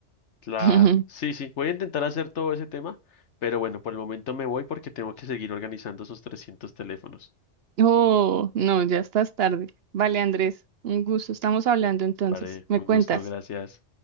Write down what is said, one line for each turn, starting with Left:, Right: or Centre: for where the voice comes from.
Left: Claro,
Right: <laughs>
Left: sí, sí, voy a intentar hacer todo ese tema, pero bueno, por el momento me voy porque tengo que seguir organizando esos 300 teléfonos.
Right: Oh, no, ya estás tarde. Vale, Andrés, un gusto. Estamos hablando entonces.
Left: Vale,
Right: ¿Me
Left: un
Right: cuentas?
Left: gusto, gracias.